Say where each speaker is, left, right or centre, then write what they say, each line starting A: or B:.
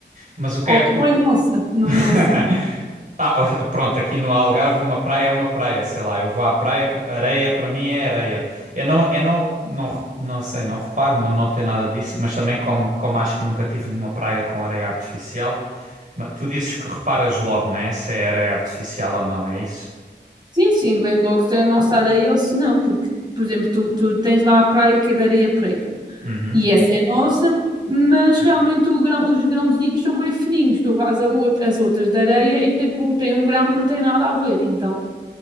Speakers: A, on the right; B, on the right.
A: mas o que
B: Ou
A: é
B: que
A: o.
B: não é nossa, não
A: <laughs>
B: é nossa.
A: Ah, <laughs> pronto, aqui no Algarve uma praia é uma praia, sei lá, eu vou à praia, areia para mim é areia. Eu não, eu não, não, não sei, não reparo, não notei nada disso, mas também como, como acho que nunca tive numa praia com areia artificial, ma- tu dizes que reparas logo, né? Se é areia artificial ou não, é isso?
B: Sim, sim, vês logo se é a nossa areia ou se não, porque, por exemplo, tu, tu tens lá a praia que é de areia preta.
A: Uhum,
B: E essa é nossa, mas realmente o grão- os grãozinhos são bem fininhos. Tu vais a out- as outras da areia e tipo, tem um grão que não tem nada a ver, então